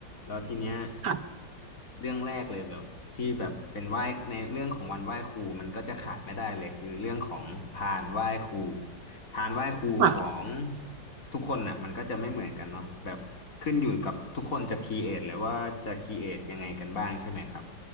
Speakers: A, on the left; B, on the right.
A: แล้วทีเนี้ย
B: ค่ะ
A: เรื่องแรกเลยแบบที่แบบเป็นไหว้ในเรื่องของวันไหว้ครูมันก็จะขาดไม่ได้เลยคือเรื่องของพานไหว้ครูพานไหว้ครูของ
B: ค่ะ
A: ทุกคนน่ะมันก็จะไม่เหมือนกันเนาะแบบขึ้นอยู่กับทุกคนจะครีเอทเลยว่าจะครีเอทยังไงกันบ้างใช่ไหมครับ